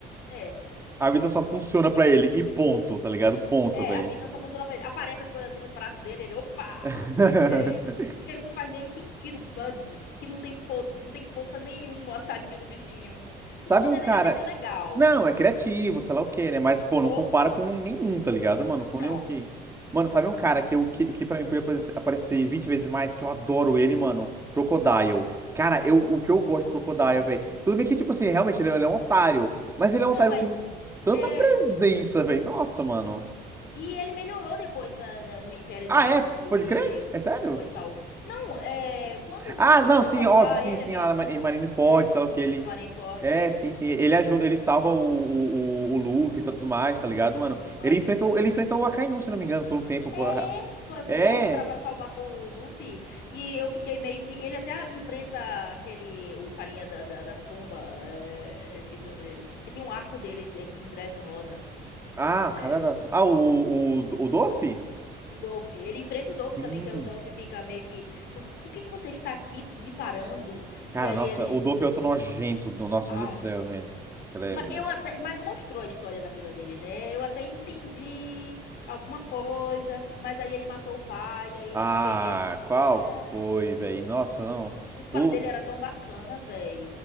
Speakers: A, on the left; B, on the right.
A: É,
B: a vida só funciona pra ele. E ponto, tá ligado? Ponto,
A: É,
B: velho.
A: a vida só funciona pra ele. Aparece as coisas assim no prato dele, ele, opa!
B: <laughs>
A: É, porque não faz nem sentido. Bug, que não tem poder, não tem força nenhuma, <laughs> tadinho do bichinho.
B: Sabe
A: O poder
B: um cara.
A: dele até que é legal,
B: Não,
A: mas
B: é criativo, sei lá o quê, né? Mas, pô,
A: força,
B: não compara com nenhum, tá ligado, mano? Com
A: não.
B: nenhum que. Mano,
A: Não.
B: sabe um cara que, eu, que, que pra mim podia aparecer, aparecer 20 vezes mais, que eu adoro ele,
A: Hum,
B: mano? Crocodile. Cara, eu, o que eu gosto do Crocodile,
A: sim.
B: velho. Tudo bem que, tipo assim, realmente ele, é ele é um otário. Mas ele
A: Não,
B: é um otário
A: mas
B: com tanta
A: é.
B: presença, velho. Nossa,
A: Sim.
B: mano.
A: E ele melhorou depois na- na- no Império
B: Ah,
A: Down,
B: é?
A: que
B: Pode crer? É sério?
A: foi salvo. Não, é. Quando,
B: Ah,
A: quando
B: não,
A: foi
B: sim,
A: salvar
B: óbvio, sim,
A: ele,
B: sim,
A: aquela
B: lá na
A: cena
B: Ma- em Marineford,
A: é, que
B: sei
A: tu
B: lá o que
A: viu
B: ele.
A: no Marineford.
B: É, sim, sim. Ele ajuda, ele salva o, o, o, o Luffy
A: o,
B: e tudo mais,
A: o
B: tá
A: Luffy
B: ligado, mano?
A: e tudo mais,
B: Ele enfrentou,
A: é isso.
B: ele enfrentou o Akainu, se não me engano, por um tempo. pô.
A: É, pô, é por
B: É.
A: causa pra, pra salvar o Luffy. E eu fiquei meio que. Ele até enfrenta aquele. O carinha da, da- das pombas. é, eu esqueci o nome dele. Que tem um arco dele é, que endurece rosa.
B: Ah,
A: É,
B: o cara da. Ah, o, o, o Doffy?
A: o Dolph. Ele enfrenta
B: Sim.
A: o Dolph também, que aí o Dolph fica meio que. Você, por que que você está aqui me parando?
B: Cara,
A: E aí
B: nossa,
A: ele.
B: o Doffy é outro nojento. do- Nossa,
A: Ai,
B: meu Deus do céu, velho. Credo.
A: Mas eu até, mas mostrou a história da vida dele, né? Eu até entendi alguma coisa, mas aí ele matou o pai, aí eu
B: Ah,
A: já fiquei meio que,
B: qual
A: é...
B: foi, velho? Nossa, não.
A: os pais
B: O.
A: dele era tão bacana, velho.